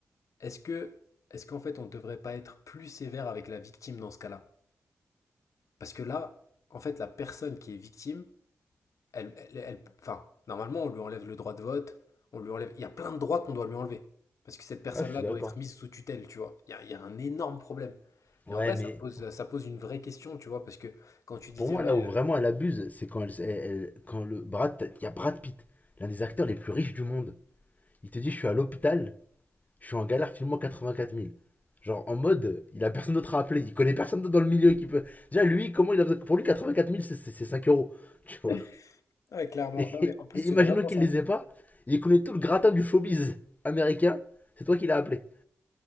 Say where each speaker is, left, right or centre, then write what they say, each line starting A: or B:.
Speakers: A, on the left (about 75°); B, on the left (about 30°).
A: est-ce que, est-ce qu'en fait, on ne devrait pas être plus sévère avec la victime dans ce cas-là? Parce que là, en fait, la personne qui est victime, Elle, elle, elle- enfin, normalement, on lui enlève le droit de vote, on lui enlève. Il y a plein de droits qu'on doit lui enlever. Parce que cette personne-là
B: Ah, je suis
A: doit
B: d'accord.
A: être mise sous tutelle, tu vois. Il y a, il y a un énorme problème.
B: Ouais,
A: Et en vrai,
B: mais
A: ça pose, ça pose une vraie question, tu vois, parce que quand tu disais,
B: pour moi,
A: ouais,
B: là où vraiment elle abuse, c'est quand, elle, elle- quand le Brad, il y a Brad Pitt, l'un des acteurs les plus riches du monde. Il te dit, je suis à l'hôpital, je suis en galère, filme-moi 84 000. Genre en mode, il a personne d'autre à appeler, il connaît personne d'autre dans le milieu qui peut. Déjà, lui, comment il a besoin. Pour lui, 84 000, c'est- c'est c'est 5 euros, <laughs> tu vois.
A: euh, ouais, clairement.
B: Et,
A: Non, mais en plus,
B: et
A: c'est
B: imaginons
A: vraiment
B: qu'il
A: ça.
B: les ait pas, il connaît tout le gratin du showbiz américain, c'est toi qui l'as appelé.